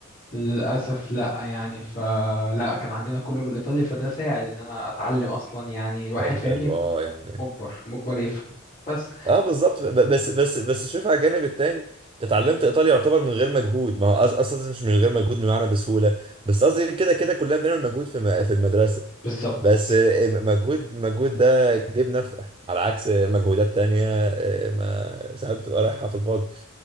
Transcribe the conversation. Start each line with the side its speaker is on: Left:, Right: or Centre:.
Left: للاسف لا يعني فلا كان عندنا كله بالايطالي فده ساعد ان انا اتعلم اصلا يعني الواحد
Right: طب حلو
Left: فاهمني
Right: اه يعني
Left: مجبر مجبر يفهم بس
Right: اه بالظبط ب- بس بس بس شوف على الجانب التاني انت اتعلمت ايطالي يعتبر من غير مجهود ما هو أص- اصلا مش من غير مجهود بمعنى بسهوله بس قصدي كده كده كلنا بنعمل مجهود في م- في المدرسه
Left: بالظبط
Right: بس آه، مجهود مجهود ده جيب نفع على عكس مجهودات تانية آه، ما ساعات بتبقى رايحه في الفاضي